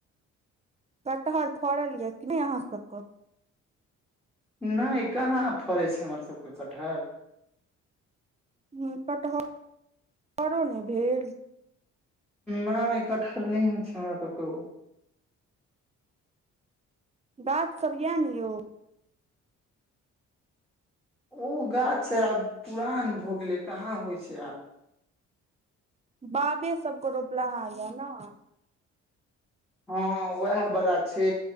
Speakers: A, on the right; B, in the centre.
A: कटहर फड़ल यऽ कि नहि अहाँ सबक
B: नहि कहाँ फड़ै छै हमर सब के कटहल
A: ह कटहर हरो नहि भेल
B: न एकठार नहि हो छै हमरा औतऽ
A: गाछ सब या ने यौ
B: ओ गाछ आब पुरान भ गेलै कहाँ होइ छै आब
A: बाबे सबके रोपला है या न
B: हँ उएह बला छै